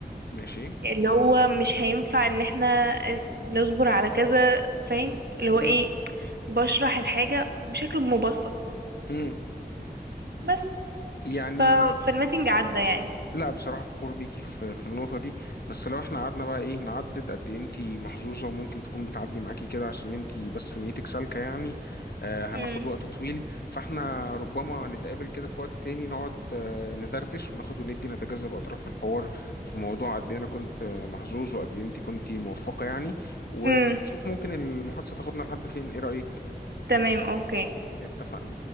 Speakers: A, on the left (about 70°); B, on the right (about 75°).
A: ماشي
B: اللي هو مش هينفع إن إحنا نصبر على كذا فاهم اللي هو إيه
A: مم.
B: بشرح الحاجة بشكل مبسط
A: مم.
B: بس
A: يعني
B: ف- فالميتنج عدى يعني
A: لا بصراحة فخور بيكي في في النقطة دي بس لو احنا قعدنا بقى ايه نعدد قد ايه انتي محظوظة وممكن تكون بتعدي معاكي كده عشان انتي بس نيتك سالكة يعني آه هناخد
B: مم.
A: وقت طويل فاحنا ربما نتقابل كده في وقت تاني نقعد آه ندردش وناخد وندي نتجاذب أطراف الحوار في موضوع قد ايه انا كنت محظوظ وقد ايه انتي كنتي موفقة يعني ونشوف
B: مم.
A: ممكن المحادثة تاخدنا لحد فين ايه رأيك
B: تمام أوكي
A: اتفقنا